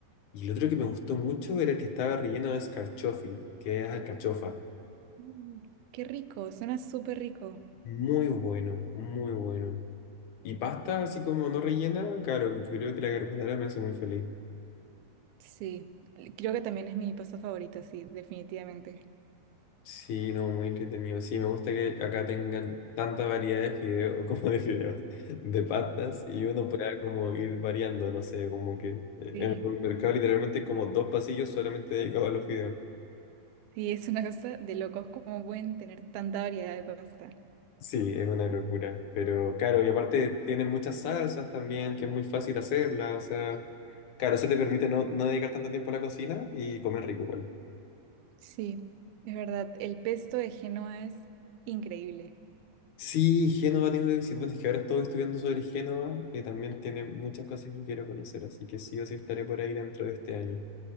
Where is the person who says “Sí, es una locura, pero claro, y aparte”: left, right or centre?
Left